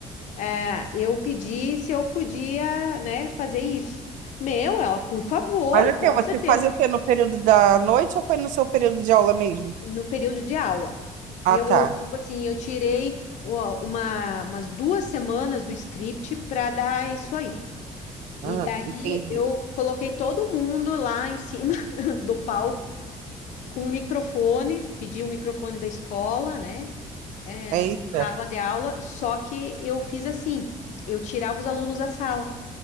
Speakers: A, on the left; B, on the right.
A: é, eu pedi se eu podia, né, fazer isso. Meu, ela, por favor,
B: Mas o
A: com
B: quê? Você
A: certeza,
B: fazia o quê? No período da noite ou foi no seu período de aula mesmo?
A: no período de aula.
B: Ah,
A: Eu,
B: tá.
A: tipo assim, eu tirei uma, uma- umas duas semanas do script para dar isso aí. E
B: Ah,
A: daí
B: entendi.
A: eu coloquei todo mundo lá em cima <laughs> do palco com um microfone, pedi um microfone da escola, né? é,
B: Eita.
A: numa sala de aula, só que eu fiz assim, eu tirava os alunos da sala,